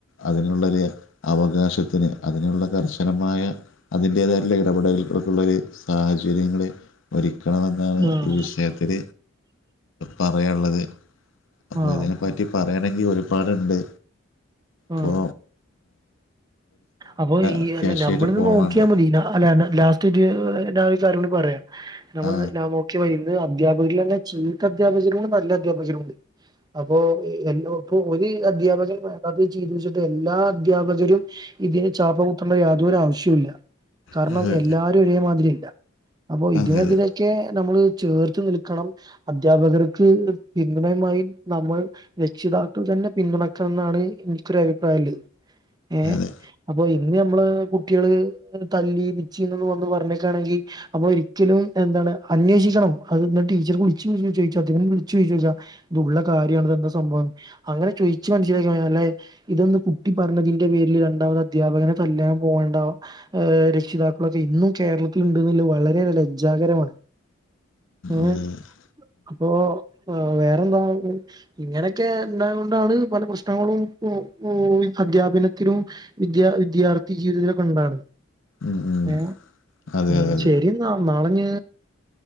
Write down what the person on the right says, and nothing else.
ആഹ്
ആഹ്
ആഹ്
അപ്പൊ ഈ
അല്ല നമ്മളത്
നോക്കിയാൽ മതി ന അല്ല ലാസ സ്റ്റിത് ഞാ ഒരു കരയുടി പറയാം നമ്മൾ
<unintelligible> <unintelligible> അധ്യാപകരിൽ തന്നെ ചീത്ത അധ്യാപകരുണ്ട് നല്ല അധ്യാപകരുണ്ട്. അപ്പൊ എ ഇപ്പൊ ഒരു അധ്യാപകൻ വേണ്ടത് ചെയ്തു വെച്ചിട്ട് എല്ലാ അധ്യാപകരും ഇതിന് ചാപ്പ കുത്തേണ്ട യാതൊരു ആവശ്യവുല്ല. കാരണം
എല്ലാരും ഒരേമാതിരി അല്ല അപ്പൊ ഇതിനെതിരെ
ഒക്കെ നമ്മളെ ചേർത്ത് നിൽക്കണം അദ്ധ്യാപകർക്ക് പിന്തുണയുമായി നമ്മൾ രക്ഷിതാക്കൾ തന്നെ പിന്തുണക്കണം എന്നാണ് എനിക്കൊ ഒരു അഭിപ്രായള്ളത് ഏഹ്
അപ്പൊ ഇന്ന് നമ്മള് കുട്ടിള് തല്ലി മിച്ചിന്ന് വന്ന് പറഞ്ഞിക്കാണെങ്കിൽ അപ്പൊ ഒരിക്കലും എന്താണ് അന്വേഷിക്കണം അത് ടീച്ചർ വിളിച്ചേ ചോ ചോദിച്ചോ <unintelligible> വിളിച്ചു ചോതിചോക്കാ ഇതുള്ള കാര്യണ ഇതെന്താ സംഭവം അങ്ങനെ ചോയിച്ചു മനസ്സിലാക്കിഞ്ഞാലേ ഇതൊന്ന് കുട്ടി പറഞ്ഞതിന്റെ പേരിൽ അധ്യാപകനെ തല്ലാൻ പോവണ്ട ഏഹ് രക്ഷിതാക്കളൊക്കെ ഇന്നും കേരളത്തിൽ ഉണ്ടെന്ന വളരെ ലജ്ജാകരമാണ്. ഏഹ്
അപ്പോ വേറെന്താ. ഇങ്ങനെയൊക്കെ ഉണ്ടായുകൊണ്ടാണ് പല പ്രശ്നങ്ങളും ഉം ഉം അദ്ധ്യാപനത്തിനും വിദ്യാ വിദ്യാർത്ഥി ജീവിതത്തിലൊക്കെ ഉണ്ടാണ്
ഏഹ്
ഉം
ശരി ന്നാ നാളെനി